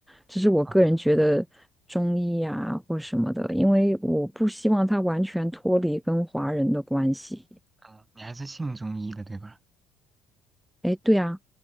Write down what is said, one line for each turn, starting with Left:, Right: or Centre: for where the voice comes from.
Centre: 只是我个人觉得中医呀、
Right: 哦，
Centre: 或什么的，因为我不希望他完全脱离跟华人的关系。
Right: 哦，你还是信中医的，对吧？
Centre: 哎，对啊，